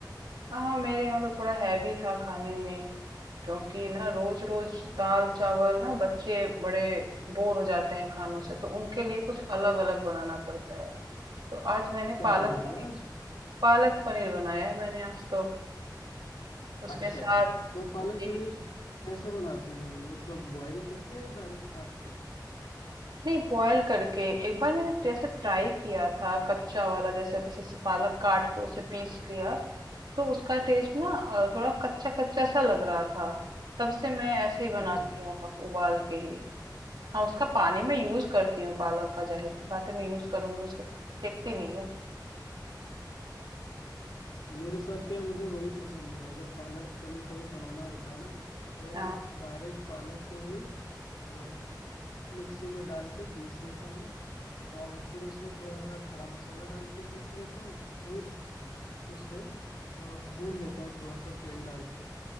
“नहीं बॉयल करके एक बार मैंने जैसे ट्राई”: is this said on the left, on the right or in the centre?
Right